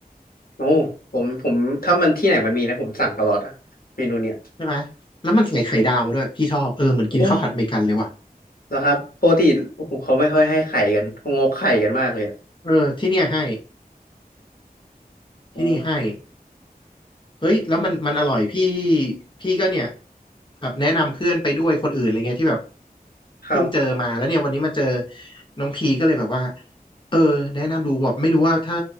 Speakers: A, on the left; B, on the left.
A: โอ้ผมผมถ้ามันที่ไหนมันมีนะผมสั่งตลอดอะเมนูเนี้ย
B: ใช่ไหมแล้วมันใส่ไข่ดาวมาด้วยพี่ชอบเออเหมือนกินข้าวผัดอเมริกันเลยว่ะ
A: โอ้แล้วครับปกติโอ้โหเขาไม่ค่อยให้ไข่กันเขางกไข่กันมากเลยอะ
B: เออที่เนี่ยให้ที่นี่ให้
A: โอ้
B: เฮ้ยแล้วมันมันอร่อยพี่พี่ก็เนี่ยแบบแนะนำเพื่อนไปด้วยคนอื่นอะไรเงี้ยที่แบบ
A: ครับ
B: เพิ่งเจอมาแล้วเนี่ยวันนี้มาเจอน้องพีก็เลยแบบว่าเออแนะนำดูแบบไม่รู้ว่าถ้า